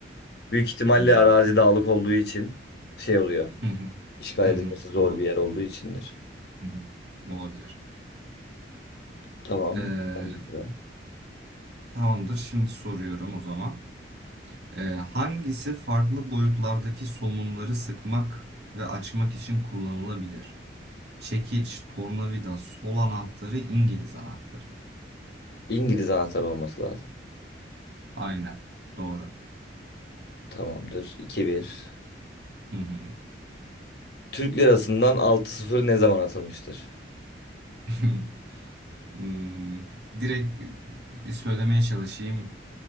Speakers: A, on the left (about 60°); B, on the right (about 65°).
A: Büyük ihtimalle
B: Hı hı.
A: arazi dağlık olduğu için şey oluyor.
B: Hı hı.
A: İşgal
B: Hı
A: edilmesi
B: hı.
A: zor
B: Olabilir.
A: bir yer olduğu içindir.
B: Hı hı. Olabilir.
A: Tamam.
B: Ee,
A: Ben de sıra.
B: tamamdır. Şimdi soruyorum o zaman. Ee, hangisi farklı boyutlardaki somunları sıkmak ve açmak için kullanılabilir? Çekiç, tornavida, sol anahtarı, İngiliz anahtarı.
A: İngiliz anahtarı olması lazım.
B: Aynen. Doğru.
A: Tamamdır. 2 bir.
B: Hı hı.
A: Türk lirasından altı sıfır ne zaman atılmıştır?
B: <laughs> Hmm, direkt bir söylemeye çalışayım.